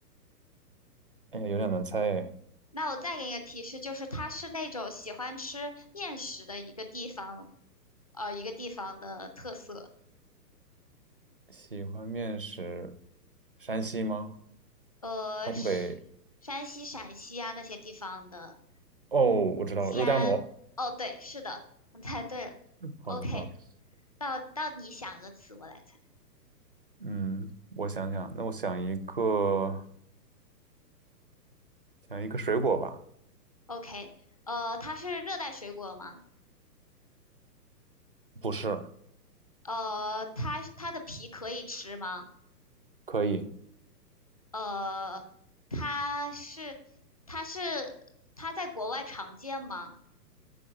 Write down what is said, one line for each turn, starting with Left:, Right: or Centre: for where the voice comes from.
Right: 哎呀，有点难猜哎。
Left: 那我再给你个提示，就是它是那种喜欢吃面食的一个地方，呃，一个地方的特色。
Right: 喜欢面食，山西吗？
Left: 呃，
Right: 东北？
Left: 是山西、陕西啊那些地方的，
Right: 哦，我知道了，
Left: 西安。
Right: 肉夹馍。
Left: 哦，对，是的，我猜对了。
Right: 好的，
Left: OK，
Right: 好的。
Left: 到到你想个词，我来猜。
Right: 嗯，我想想，那我想一个，想一个水果吧。
Left: OK，呃，它是热带水果吗？
Right: 不是，
Left: 呃，它它的皮可以吃吗？
Right: 可以。
Left: 呃，它是它是它在国外常见吗？